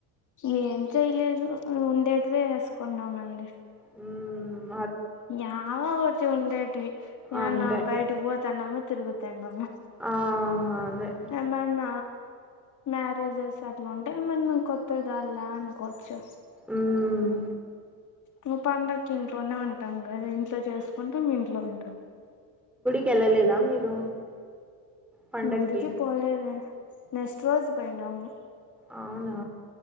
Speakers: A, on the left; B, in the centre.
A: ఏం చేయలేదు ఉండేటివే వేసుకున్నామండి
B: ఉమ్
A: ఏవో ఓటి ఉండేట్వి ఏమన్న
B: అంతే
A: బయటికి పోతన్నామా తిరుగుతాన్నమా
B: ఆ అదే
A: ఏమన్న మ్యారేజెస్ అట్ల ఉంటే మనం కొత్తదిల్లా అనుకోవచ్చు
B: ఉమ్
A: మా పండగకి ఇంట్లోనే ఉంటాం కదా ఇంట్లో చేసుకుంటం ఇంట్లో ఉంటాం
B: కెళ్ళలేదా మీరు పండక్కి
A: గుడికి పోలేదే నెస్ట్ రోజు పోయినాము
B: అవునా